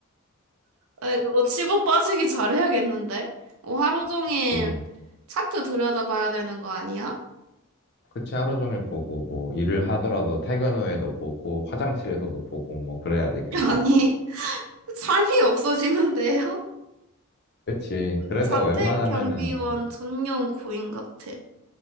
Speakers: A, on the right (about 70°); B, on the left (about 50°).
A: 에 그거 치고 빠지기 잘해야겠는데? 어, 하루 종일
B: 그치.
A: 차트 들여다봐야 되는 거 아니야?
B: 그치. 하루 종일 보고 뭐 일을 하더라도 퇴근 후에도 보고 화장실에서도 보고 뭐 그래야지 계속.
A: <laughs> 아니, 삶이 없어지는데요?
B: 그치. 그래서
A: 자택
B: 웬만하면은,
A: 경비원 전용 고인 같아.